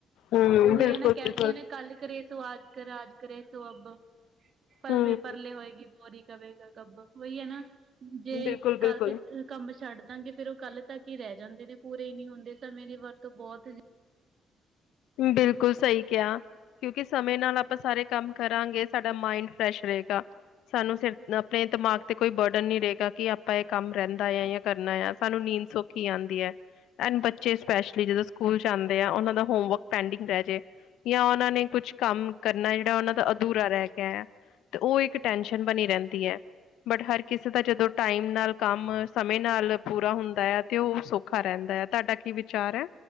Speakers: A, on the left; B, on the right.
A: ਹਮ
B: ਉਹੀ
A: ਬਿਲਕੁਲ
B: ਐ ਨਾ ਕਹਿੰਦੇ
A: ਬਿਲਕੁਲ
B: ਨੇ ਕੱਲ ਕਰੇ ਸੋ ਆਜ ਕਰੇ ਆਜ ਕਰੇ ਸੋ ਅਬ। ਪਲਵੇਂ
A: ਹਮ
B: ਪਰਲੇ ਹੋਏਗੀ ਬੋਰੀ ਕਵੇਗਾ ਕੱਬ ਉਹੀ ਐ ਨਾ ਜੇ
A: ਬਿਲਕੁਲ ਬਿਲਕੁਲ
B: ਕੱਲ ਤੇ ਕੰਮ ਛੱਡ ਦਾਂਗੇ ਫੇਰ ਉਹ ਕੱਲ ਤੱਕ ਹੀ ਰਹਿ ਜਾਂਦੇ ਨੇ ਪੂਰੇ ਨੀ ਹੁੰਦੇ ਸਮੇਂ ਦੇ। ਤ <unintelligible>
A: ਬਿਲਕੁਲ ਸਈ ਕਿਆ। ਕਿਉਂਕਿ ਸਮੇਂ ਨਾਲ ਆਪਾਂ ਸਾਰੇ ਕੰਮ ਕਰਾਂਗੇ ਸਾਡਾ ਮਾਇੰਡ ਫਰੈਸ਼ ਰਹੇਗਾ। ਸਾਨੂੰ ਸਿਰ ਆਪਣੇ ਦਿਮਾਗ ਤੇ ਕੋਈ ਬਰਡਨ ਨਹੀਂ ਰਹੇਗਾ ਕਿ ਆਪਾਂ ਇਹ ਕੰਮ ਰਹਿੰਦਾ ਆ ਜਾਂ ਕਰਨਾ ਆ ਸਾਨੂੰ ਨੀਂਦ ਸੋ ਖੀ ਆਂਦੀ ਐ ਐਂਡ ਬੱਚੇ ਸਪੈਸ਼ਲੀ ਜਦੋਂ ਸਕੂਲ ਚ ਆਂਦੇ ਆ ਉਹਨਾਂ ਦਾ ਹੋਮਵਰਕ ਪੈਂਡਿੰਗ ਰਹਿ ਜੇ ਜਾਂ ਉਹਨਾਂ ਨੇ ਕੁਛ ਕੰਮ ਕਰਨਾ ਜਿਹੜਾ ਉਹਨਾਂ ਦਾ ਅਧੂਰਾ ਰਹਿ ਗਿਆ ਆ। ਤੇ ਓ ਇੱਕ ਟੈਸ਼ਨ ਬਣੀ ਰਹਿੰਦੀ ਐ। ਬਟ ਹਰ ਕਿਸੇ ਦਾ ਜਦੋਂ ਟਾਈਮ ਨਾਲ ਕੰਮ ਸਮੇਂ ਨਾਲ ਪੂਰਾ ਹੁੰਦਾ ਆ ਤੇ ਉਹ ਸੁੱ, ਖਾ ਰਹਿੰਦਾ ਐ ਤੁਹਾਡਾ ਕੀ ਵਿਚਾਰ ਐ?